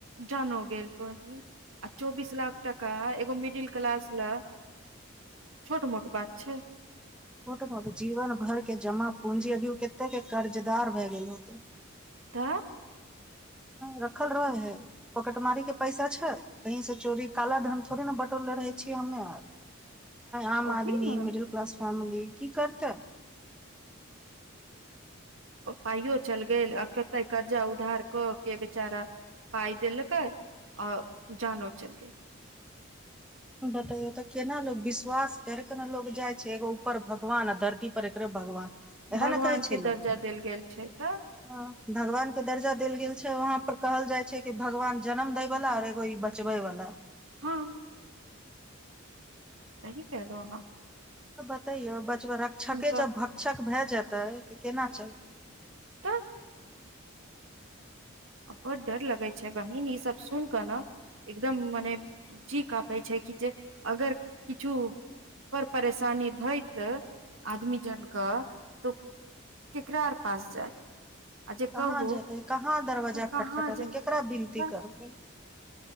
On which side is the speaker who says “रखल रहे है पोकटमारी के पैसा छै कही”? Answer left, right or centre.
Centre